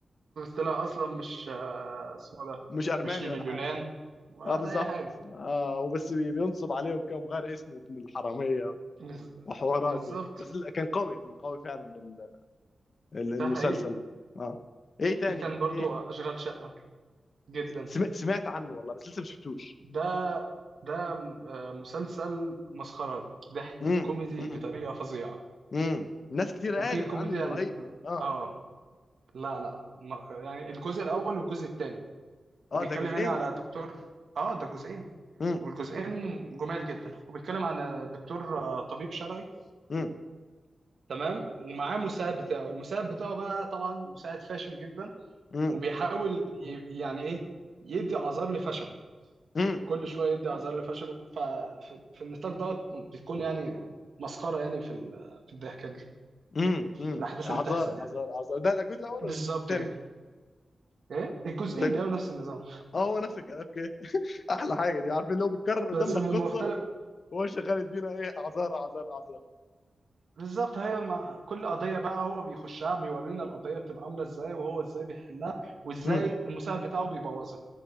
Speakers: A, on the right; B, on the left.
A: طلع اصلا مش آه، اسمه
B: <laughs>
A: إيه ده
B: مش أرماني
A: مش من
B: ولا
A: اليونان
B: حاجة
A: ولا
B: اه بالظبط
A: اي حاجه
B: اه وبس بي- بينصب عليهم كده ومغير اسمه ابن الحرامية
A: بز-
B: وحوارات
A: بالظبط
B: يعني بس لا، كان قوي كان قوي فعلا ال- ال- المسلسل
A: ده حقيقي
B: يعني. اه ايه تاني
A: في كان برضو
B: ايه
A: اشغال شقه جدا
B: سم- سمعت عنه والله بس لسه ما شفتوش
A: ده ده آه، مسلسل مسخره ضحك
B: امم
A: كوميدي
B: امم
A: بطريقه فظيعه
B: امم ناس كتير
A: وفي
B: قالت
A: كوميديا
B: عنه إنه
A: يعني
B: رهيب يعني اه
A: اه لا لا ما- يعني الجزء الاول والجزء الثاني
B: اه
A: هو بيتكلم
B: ده جزئين
A: هنا على دكتور اه ده جزئين
B: امم
A: والجزئين جمال جدا هو بيتكلم عن دكتور آه، طبيب شرعي
B: امم
A: تمام ومعاه مساعد بتاعه المساعد بتاعه بقى طبعا مساعد فاشل جدا
B: امم
A: وبيحاول ي- يعني ايه يدي اعذار لفشله
B: امم
A: كل شويه يدي اعذار لفشله ففي في النطاق دوت بتكون يعني مسخره يعني في ال- في الضحك يعني
B: امم امم
A: الاحداث
B: عذار
A: اللي بتحصل يعني
B: عذار عذار ده الجزء الاول
A: بالظبط
B: ولا الجزء الثاني
A: كده ايه الجزئين
B: ده
A: بيعملوا نفس النظام
B: اه هو نفس الكلام اوكي احلى حاجه دي عارفين اللي هو بيتكرر
A: طب
B: قدامنا
A: بس هم
B: القصه
A: مختلف
B: وهو شغال يدينا ايه اعذار اعذار اعذار
A: بالظبط هي مع كل قضية بقى هو بيخشها بيورينا القضية بتبقى عاملة ازاي وهو ازاي بيحلها وازاي
B: امم
A: المساعد بتاعه بيبوظها